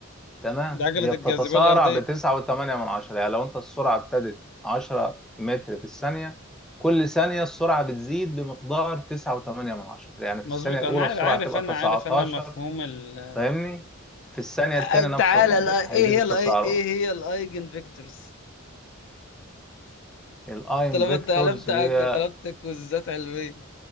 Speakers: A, in the centre; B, on the left (about 60°).
A: تمام
B: دي عجلة
A: هي بتتسارع
B: الجاذبية الأرضية
A: بتسعة وثمانية من عشرة يعني لو انت السرعه ابتدت عشرة متر في الثانيه كل ثانيه السرعه بتزيد بمقدار تسعة وثمانية من عشرة يعني
B: مظبوط
A: في الثانيه الاولى
B: أنا عارف
A: السرعه
B: عارف
A: تبقى
B: أنا
A: 19
B: عارف أنا مفهوم ال
A: فاهمني في الثانية
B: آه،
A: التانية
B: تعالى
A: نفس الموضوع
B: الآي-
A: هيزيد
B: ايه هي
A: التسارع
B: الآي... ايه هي الايجن فيكتورز
A: الايم
B: طالما
A: فيكتورز
B: انت طلبت
A: هي
B: طلبت كوزات علميه